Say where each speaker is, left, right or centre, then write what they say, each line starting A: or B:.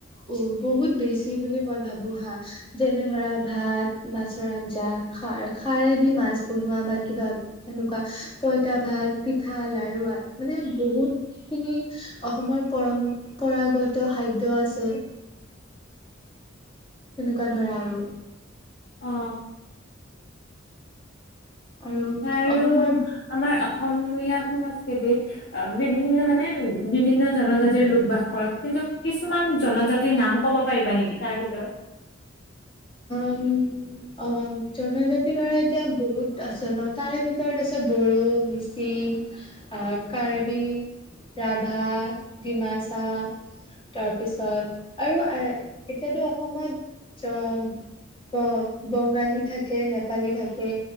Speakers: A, on the left (about 25°); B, on the left (about 60°).
A: উ বহুত বেছ ছি বুলি মই ভাবো হা যেনে ধৰা ভাত, মাছৰ আঞ্জা খাৰ খাৰে দি মাছ বনোৱা বা কিবা এনেকুৱা পঁইতা ভাত, পিঠা লাৰু মানে বহুত খিনি অসমৰ পৰম্পৰাগত খাদ্য আছে। তেনেকুৱা ধৰ আৰু।
B: অ।
A: আৰু
B: আৰু
A: অসমৰ
B: আমাৰ অসমীয়া সংস্কৃতি অ বিভিন্ন মানে বিভিন্ন জনজাতিৰ লোক বাস কৰে, কিন্তু কিছুমান জনজাতিৰ নাম ক'ব পাৰিবা নেকি তাৰ ভিতৰত? <inaudible>
A: উম অ জনজাতি ধৰা এতিয়া বহুত আছে ন তাৰে ভিতৰত আছে বড়ো, মি ছিং, কাৰ্বি, ৰাভা, ডিমাছা। তাৰপিছত আৰু এতিয়াতো অসমত জন ব বঙালী থাকে, নেপালী থাকে।